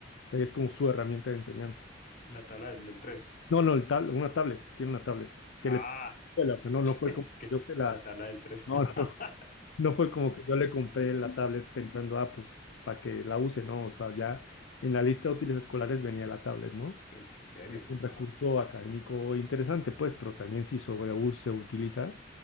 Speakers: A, on the left; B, on the left.
A: O sea, y es como su herramienta de enseñanza.
B: La tabla del, del 3.
A: No, no, el tab- una tablet, tiene una tablet que
B: Ah,
A: le escuela,
B: <laughs>
A: o sea, no, no fue
B: es
A: como
B: que
A: yo se la,
B: la tabla del tres
A: no,
B: <laughs>
A: no, no fue como que yo le compré la tablet pensando, ah, pues para que la use, ¿no? O sea, ya en la lista de útiles escolares venía la tablet, ¿no?
B: ¿En serio?
A: Ya es un recurso
B: Wow.
A: académico interesante, pues, pero también si sobre se utiliza,